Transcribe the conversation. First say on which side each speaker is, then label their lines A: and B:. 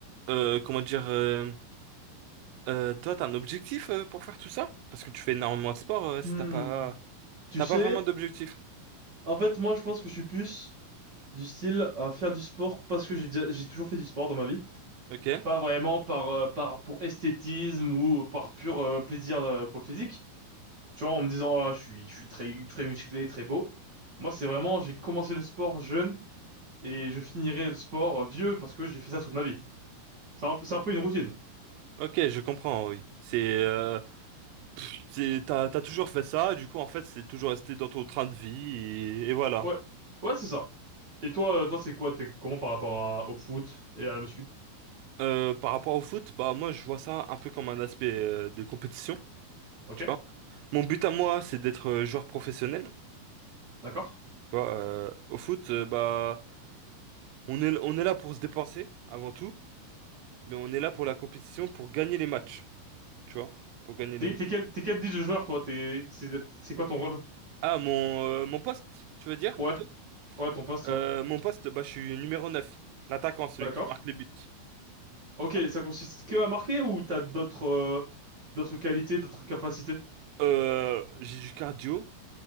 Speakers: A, on the right; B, on the right.
A: euh, comment dire euh, euh, toi, t'as un objectif euh, pour faire tout ça? Parce que tu fais énormément de sport, euh, si
B: Hmm.
A: t'as pas...
B: Tu
A: T'as
B: sais,
A: pas vraiment d'objectif.
B: en fait, moi, je pense que je suis plus du style à faire du sport parce que j'ai déjà- j'ai toujours fait du sport dans ma vie.
A: Ok.
B: Pas vraiment par, euh, par, pour esthétisme ou par pur, euh, plaisir, euh, pour le physique. Tu vois, en me disant, ah, je suis, je suis très, très musclé, très beau. Moi, c'est vraiment, j'ai commencé le sport jeune et je finirai le sport euh, vieux parce que j'ai fait ça toute ma vie. C'est un, c'est un peu une routine.
A: Ok, je comprends, oui. C'est... euh, C'est, t'as, t'as toujours fait ça, et du coup, en fait, c'est toujours resté dans ton train de vie, et, et voilà.
B: Ouais. Ouais, c'est ça. Et toi, euh, toi, c'est quoi? T'es comment par rapport à- au foot et à la muscu?
A: Euh, par rapport au foot, bah, moi, je vois ça un peu comme un aspect euh, de compétition,
B: Ok?
A: tu vois. Mon but à moi, c'est d'être euh, joueur professionnel, tu
B: D'accord?
A: vois. Euh, au foot, euh, bah, on est, on est là pour se dépenser, avant tout, mais on est là pour la compétition, pour gagner les matchs, tu vois. Pour gagner
B: T'es,
A: les matchs.
B: t'es quel, t'es quel type de joueur, toi? T'es, c'est, c'est quoi ton rôle?
A: Ah, mon, euh, mon poste, tu veux dire,
B: Ouais.
A: plutôt?
B: Ouais, ton poste,
A: Euh,
B: ouais.
A: mon poste, bah, je suis numéro neuf l'attaquant, celui
B: D'accord.
A: qui marque les buts,
B: Ok,
A: tu vois.
B: ça consiste que à marquer ou t'as d'autres, euh, d'autres qualités, d'autres capacités?
A: Euh, j'ai du cardio,